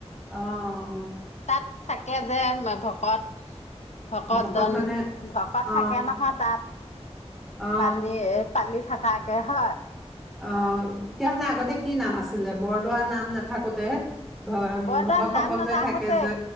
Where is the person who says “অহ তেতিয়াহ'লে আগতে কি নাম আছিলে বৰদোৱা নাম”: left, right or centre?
Centre